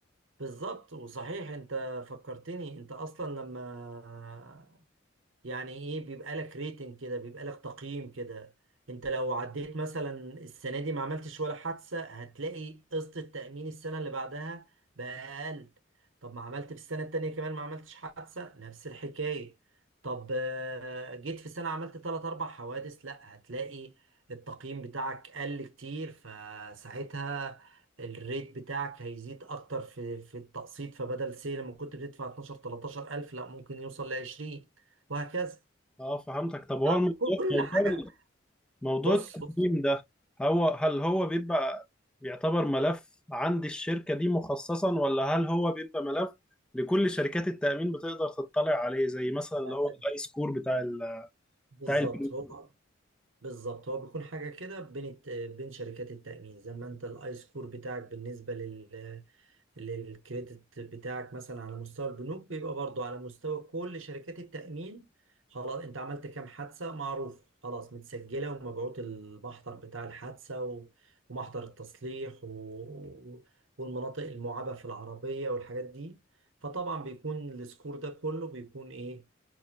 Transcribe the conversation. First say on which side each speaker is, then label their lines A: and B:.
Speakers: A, on the right; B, in the centre.
A: بالظبط وصحيح انت فكرتني انت اصلا لما يعني ايه بيبقى لك ريتنج كده بيبقى لك تقييم كده انت لو عديت مثلا السنه دي ما عملتش ولا حادثه هتلاقي قسط التامين السنه اللي بعدها بقى اقل طب ما عملت في السنه التانيه كمان ما عملتش حادثه نفس الحكايه طب آه، جيت في سنه عملت تلات اربع حوادث لا هتلاقي التقييم بتاعك قل كتير فساعتها الريت بتاعك هيزيد اكتر في في التقسيط فبدل سي لما كنت بتدفع 12 13 الف لا ممكن يوصل ل 20 وهكذا
B: اه فهمتك طب هو
A: ده
B: الموضوع
A: كل
B: موضوع
A: حاجه
B: موضوع
A: بص
B: التقديم
A: بص
B: ده هو هل هو بيبقى بيعتبر ملف عند الشركه دي مخصصا ولا هل هو بيبقى ملف لكل شركات التامين بتقدر تطلع عليه زي مثلا
A: ده-
B: اللي هو الاي سكور بتاع ال
A: بالظبط
B: بتاع البنوك
A: هو بالظبط هو بيكون حاجه كده بين الت- بين شركات التامين زي ما انت الاي سكور بتاعك بالنسبه لل للكريدت بتاعك مثلا على مستوى البنوك بيبقى برضو على مستوى كل شركات التأمين خلاص انت عملت كام حادثة معروف خلاص متسجلة ومبعوت المحضر بتاع الحادثة و- ومحضر التصليح و... والمناطق المعابة في العربية والحاجات دي فطبعا بيكون السكور ده كله بيكون ايه